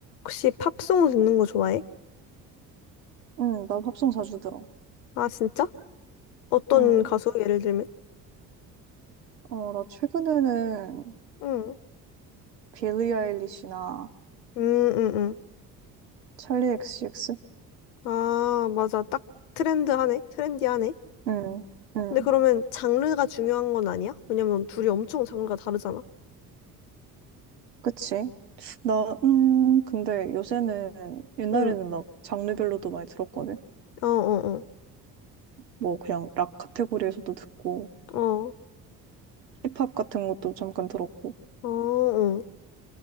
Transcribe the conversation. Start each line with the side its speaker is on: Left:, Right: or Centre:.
Left: 혹시 팝송 듣는 거 좋아해?
Right: 응, 난 팝송 자주 들어.
Left: 아, 진짜? 어떤
Right: 응.
Left: 가수? 예를 들면?
Right: 어, 나 최근에는
Left: 응.
Right: 빌리 아일리시나
Left: 음, 음, 음.
Right: 찰리 엑시엑스
Left: 아, 맞아. 딱 트렌드하네. 트렌디하네.
Right: 응, 응.
Left: 근데 그러면 장르가 중요한 건 아니야? 왜냐면 둘이 엄청 장르가 다르잖아.
Right: 그치? 나, 음, 근데 요새는, 옛날에는
Left: 응.
Right: 막 장르별로도 많이 들었거든?
Left: 어, 어,
Right: 뭐, 그냥 락 카테고리에서도 듣고,
Left: 어. 어,
Right: 힙합 같은 것도 잠깐 들었고.
Left: 어, 어.